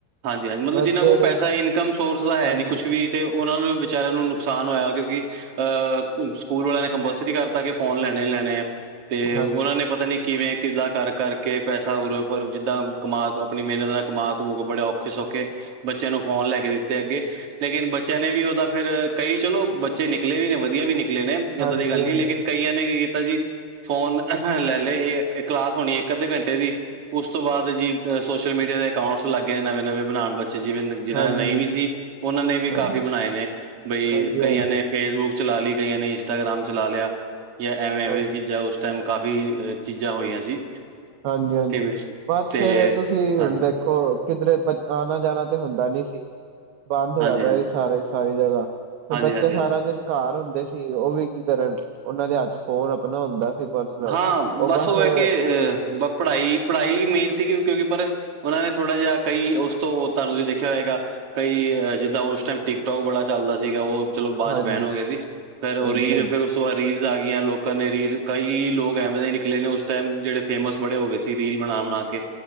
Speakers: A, on the right; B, on the right.
A: ਹਾਂਜੀ-ਹਾਂਜੀ ਮਤਲਬ
B: ਬਸ
A: ਜਿਹਨਾਂ
B: ਜਿਹੜੇ
A: ਕੋਲ ਪੈਸਾ ਇਨਕਮ ਸੋਰਸ ਦਾ ਹੈ
B: ਹਾਂਜੀ
A: ਨੀ ਕੁਛ ਵੀ ਵੀ ਤੇ ਉਨਾਂ ਨੂੰ ਵਿਚਾਰਿਆਂ ਨੂੰ ਨੁਕਸਾਨ ਹੋਇਆ ਕਿਓਕੇ ਅਹ ਸਕੂਲ ਵਾਲਿਆਂ ਨੇ ਕੰਪਲਸਰੀ ਕਰਤਾ ਕਿ ਫੋਨ ਲੈਣੇ ਈ ਲੈਣੇ ਆ, ਤੇ
B: ਹਾਂਜੀ
A: ਓਨਾਂ ਨੇ ਪਤਾ ਪਤਾ ਨੀ ਕਿਵੇਂ ਕਿੱਦਾਂ ਕਰ ਕਰਕੇ ਪੈਸਾ ਉਰੇ ਉਰ ਜਿੱਦਾਂ, ਕਮਾ ਆਪਣੀ ਮਿਹਨਤ ਨਾਲ ਕਮਾ ਕਮੋ ਕੇ ਬੜੇ ਔਖੇ ਔਖੇ-ਸੌਖੇ ਬੱਚੇਆਂ ਨੂੰ ਫੋਨ ਲੈ ਕੇ ਦਿੱਤੇ ਆ ਅੱਗੇ ਲੇਕਿਨ ਬੱਚੇਆਂ ਨੇ ਵੀ ਓਦਾ ਫਿਰ ਕਈ ਚਲੋ ਬੱਚੇ ਨਿਕਲੇ ਵੀ ਨੇ ਵਧੀਆ ਵੀ ਨਿਕਲੇ ਨੇ।
B: ਹਾਂਜੀ
A: ਏਦਾਂ ਦੀ ਗੱਲ ਨੀ,
B: ਹਾਂਜੀ
A: ਲੇਕਿਨ ਕਈਆਂ ਨੇ ਕੀ ਕੀਤਾ ਜੀ ਫੋਨ ਲੈ ਲਏ ਆ, ਕਲਾਸ ਹੋਣੀ ਇੱਕ, ਅੱਧੇ ਘੰਟੇ ਦੀ ਓਸ ਤੋਂ ਬਾਦ ਜੀ ਸੋਸ਼ਲ ਮੀਡੀਆ ਦੇ ਅਕਾਊਂਟਸ ਲੱਗ ਗਏ ਨਵੇਂ-ਨਵੇਂ ਬਣਾਣ, ਬੱਚੇ ਜਿਵੇਂ ਜਿੰਨਾਂ
B: ਹਾਂਜੀ
A: ਨਈ ਵੀ ਸੀ ਓਨਾਂ ਨੇ ਵੀ
B: ਹਾਂਜੀ
A: ਕਾਫ਼ੀ ਬਣਾਏ ਨੇ, ਬਈ
B: ਹਾਂਜੀ
A: ਕਈਆਂ
B: ਹਾਂਜੀ
A: ਨੇ ਫੇਸਬੁੱਕ ਚਲਾ ਲਈ, ਕਈਆਂ ਨੇ ਇੰਸਟਾਗ੍ਰਾਮ ਚਲਾ ਲਿਆ ਜਾਂ ਐਵੇਂ-ਐਵੇ
B: ਹਾਂਜੀ
A: ਚੀਜ਼ਾਂ ਓਸ ਟਾਈਮ ਕਾਫੀ਼ ਚੀਜ਼ਾਂ ਹੋਈਆਂ ਸੀ।
B: ਹਾਂਜੀ-ਹਾਂਜੀ,
A: ਕਿਵੇਂ
B: ਬਸ
A: ਤੇ
B: ਫੇਰ ਤੁਸੀਂ ਹੁਣ
A: ਹਾਂਜੀ
B: ਦੇਖ ਖੋ ਕਿਧਰੇ ਆਣਾ-ਜਾਣਾ ਤੇ ਹੁੰਦਾ ਨੀ ਸੀ। ਬੰਦ ਹੋਇਆ
A: ਹਾਂਜੀ
B: ਪਿਆ
A: ਹਾਂਜੀ
B: ਸੀ ਸਾਰੇ ਸਾਰੀ ਜਗ੍ਹਾ, ਫਿਰ
A: ਹਾਂਜੀ
B: ਬੱਚਾ
A: ਹਾਂਜੀ ਹਾਂਜੀ
B: ਸਾਰਾ ਦਿਨ ਘਰ ਹੁੰਦੇ ਸੀ ਓ ਵੀ ਕੀ ਕਰਨ, ਉਹਨਾਂ ਦੇ ਹੱਥ ਚ ਫੋ਼ਨ ਆਪਣਾ ਹੁੰਦਾ ਸੀ। ਪਰਸਨਲ।
A: ਹਾਂ
B: ਉਹ
A: ਬਸ ਓ
B: ਫਿਰ
A: ਐ ਕਿ ਅਹ ਪੜ੍ਹਾਈ ਪੜ੍ਹਾਈ ਮੇਨ ਸੀਗੀ, ਕਿਓਕੇ ਪਰ ਉਹਨਾਂ ਨੇ ਥੋੜਾ ਜਿਆ ਕਈ ਓਸ ਤੋਂ ਤੁਆਨੂੰ ਵੀ ਦੇਖਿਆ ਹੋਏਗਾ। ਕਈ ਜਿੱਦਾਂ ਓਸ ਟਾਈਮ ਟਿਕਟੋਕ ਬੜਾ ਚੱਲਦਾ ਸੀਗਾ, ਓ ਚਲੋ ਬਾ
B: ਹਾਂਜੀ,
A: 'ਚ ਬੈਨ ਹੋ ਗਿਆ ਸੀ, ਫੇਰ ਓ
B: ਹਾਂਜੀ,
A: ਰੀਲ ਓਸ ਤੋਂ ਬਾਦ ਰੀਲਸ ਆ ਗਈਆਂ, ਲੋਕਾਂ ਨੇ ਰੀਲ ਕਈ ਲੋਕ ਐਵੇਂ ਦੇ ਈ ਨਿਕਲੇ ਨੇ ਓਸ ਟਾਈਮ, ਜੇਹੜੇ ਫੇਮਸ ਬੜੇ ਹੋ ਗਏ ਸੀ, ਰੀਲ ਬਣਾ-ਬਣਾ ਕੇ